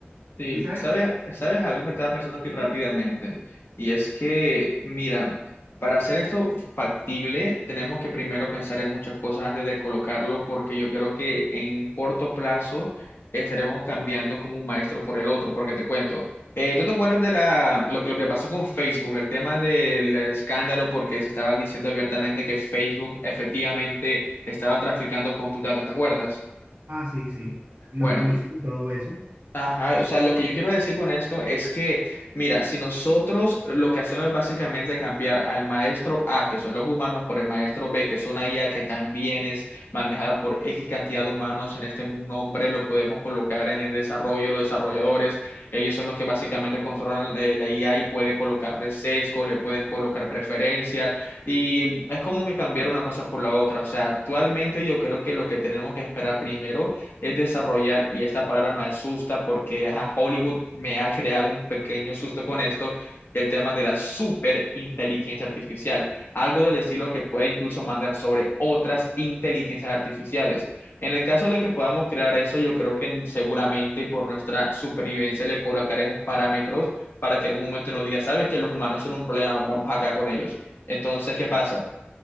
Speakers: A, on the left; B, on the right.
A: Sí,
B: ¿Y sabes
A: sabes,
B: qué?
A: sabes algo que estaba pensando aquí rápidamente,
B: Sí.
A: y es que, mira, para hacer esto factible, tenemos que primero pensar en muchas cosas antes de colocarlo, porque yo creo que en corto plazo estaremos cambiando como un maestro por el otro, porque te cuento, eh, ¿tú te acuerdas de la, lo, que- lo que pasó con Facebook, el tema del escándalo, porque se estaba diciendo abiertamente que Facebook efectivamente estaba traficando con tus datos, ¿te acuerdas?
B: Ah, sí, sí. Los
A: Bueno,
B: juicios y todo eso,
A: Ajá, o sea, lo que yo quiero decir con esto es que, mira, si nosotros lo que hacemos es básicamente cambiar al maestro A, que son los humanos, por el maestro B, que es una IA que también es manejada por X cantidad de humanos, en este nombre lo podemos colocar en el desarrollo, los desarrolladores, ellos son los que básicamente controlan eh, la IA y puede colocarle sesgo, le pueden colocar preferencias, y es como que cambiar una cosa por la otra, o sea, actualmente yo creo que lo que tenemos que esperar primero es desarrollar, y esta palabra me asusta porque ajá, Hollywood me ha creado un pequeño susto con esto, el tema de la superinteligencia artificial, algo del estilo que puede incluso mandar sobre otras inteligencias artificiales. En el caso de que podamos crear eso, yo creo que seguramente por nuestra supervivencia le colocaremos parámetros para que en algún momento nos diga, sabes que los humanos son un problema, vamos acá con ellos. Entonces, ¿qué pasa?